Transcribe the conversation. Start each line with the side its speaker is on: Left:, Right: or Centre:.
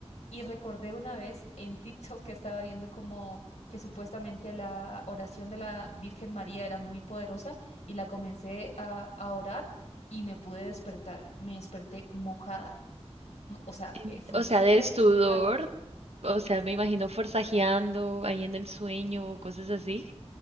Left: Y recordé una vez en TikTok que estaba viendo como que supuestamente la oración de la Virgen María era muy poderosa y la comencé a, a orar y me pude despertar. Me desperté mojada no, o sea,
Right: En-
Left: eh, fue
Right: O
Left: súper
Right: sea, de sudor,
Left: real.
Right: o sea, me imagino forzajeando ahí en el sueño o cosas así.